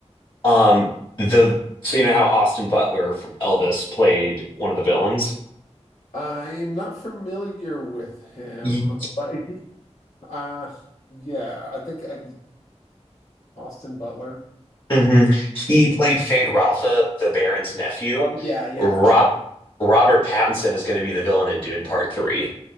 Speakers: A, on the left; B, on the left.
A: Um, the so you know how Austin Butler from Elvis played one of the villains?
B: I'm not familiar with him,
A: He,
B: but Uh, yeah, I think uh, Austin Butler.
A: hmm He played Fade Ralpha, the Baron's nephew.
B: Oh yeah, yeah,
A: Rob
B: for sure.
A: Robert
B: Yeah,
A: Pattinson is going to be the villain in Dune Part Three.